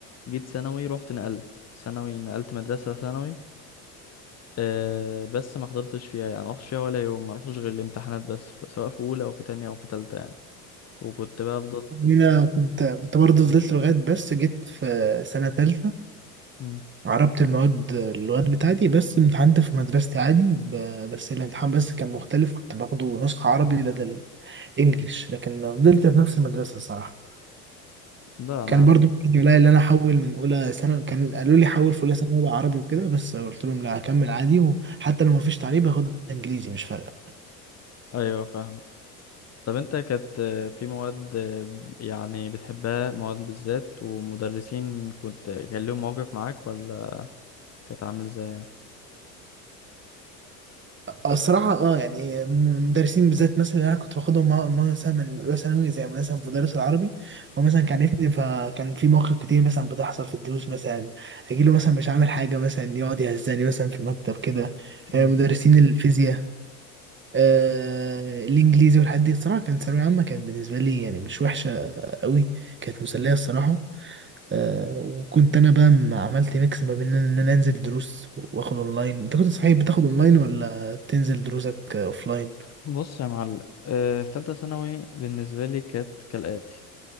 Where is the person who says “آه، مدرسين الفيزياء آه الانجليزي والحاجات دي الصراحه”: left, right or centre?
Right